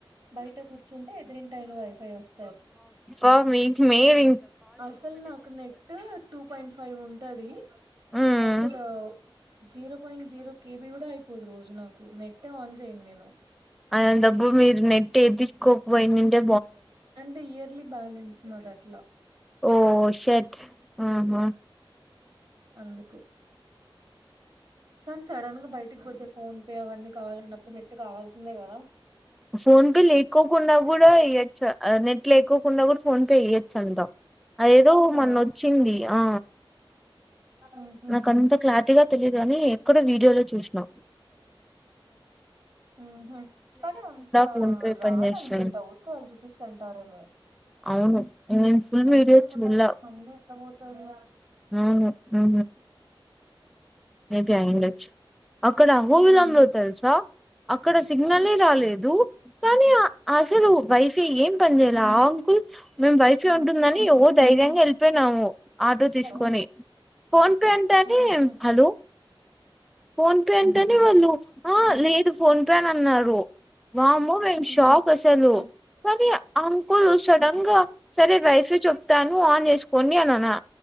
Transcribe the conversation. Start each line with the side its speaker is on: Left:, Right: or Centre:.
Right: బయట కూర్చుంటే ఎదిరింటాయిన వైఫై వస్
Centre: అ మీ మేం
Right: అసలు నాకు నెట్ టూ పాయింట్ ఫైవ్ ఉంటది
Centre: హ్మ్
Right: అసలు జీరో పాయింట్ జీరో కేబీ కూడా అయిపోదు రోజు నాకు, నెట్టే ఆన్ చేయ్యన్ నేను
Centre: అలాంటప్పుడు మీరు నెట్ ఏపిచ్చ్కోకపోయిండుంటే
Right: అంటే ఇయర్లీ బ్యాలెన్స్ నాదట్లా
Centre: ఓ షట్ హ హ
Right: అందుకు కానీ సడన్ గా బయటికి పోతే ఫోన్ పే అవన్నీ కావాలకున్నప్పుడు నెట్ కావాల్సిందే కదా
Centre: ఫోన్ పే లేకోకుండా కూడా ఎయచ్చ ఆ నెట్ లేకోకుండా కూడా ఫోన్పే ఎయ చంద అది ఏదో
Right: అవునా
Centre: మొన్న వచ్చింది ఆ
Right: ఉహు
Centre: నాకు అంత క్లారిటీగా తెలియదు కాని ఎక్కడో వీడియోలో చూసినా
Right: హు హై కానీ అంత
Centre: ఫోన్ పే
Right: రాదనుకుంటా
Centre: పని చేస్తుంది
Right: ఊరికే వాళ్ళు చూపిస్తంటారేమో
Centre: అవును నేను ఫుల్
Right: నెట్
Centre: వీడియో
Right: లేకుండా
Centre: చూడలా
Right: అసలు కన్నె ఎట్లా పోతది
Centre: అవును ఉ మేబి అయ్యిండచ్చు అక్కడ అహో
Right: ఉమ్
Centre: విలంలో తెలుసా అక్కడ సిగ్నలే
Right: ఉమ్
Centre: రాలేదు కానీ అసలు వైఫై ఏం పని చేయాల ఆ అంకుల్ మేం వైఫై ఉంటుందని ఒ ధైర్యంగా వెళ్ళిపోయినాము ఆటో తీసుకొని
Right: హలో
Centre: ఫోన్ పే అంటేని
Right: ఉహు
Centre: హలో ఫోన్ పే అంటేనే వాళ్ళు ఆ లేదు ఫోన్ తనన్నాడు వామ్మో మేము
Right: ఉహు
Centre: షాక్ అసలు
Right: ఉహు
Centre: కానీ అ కూల్ సడెన్గా సరే వైఫై చెప్తాను ఆన్ చేసుకోండి అని అనా